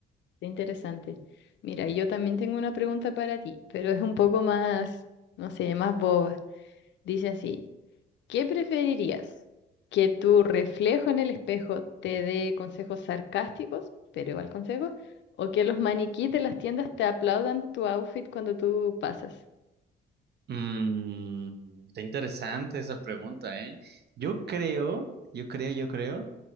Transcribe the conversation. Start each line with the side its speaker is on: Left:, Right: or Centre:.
Left: Qué Interesante. Mira, yo también tengo una pregunta para ti, pero es un poco más, no sé, más boba. Dice así, ¿qué preferirías? ¿Que tu reflejo en el espejo te dé consejos sarcásticos, pero igual consejos? ¿O que los maniquíes de las tiendas te aplaudan tu outfit cuando tú pasas?
Right: Mm, está interesante esa pregunta, ¿eh? Yo creo, yo creo, yo creo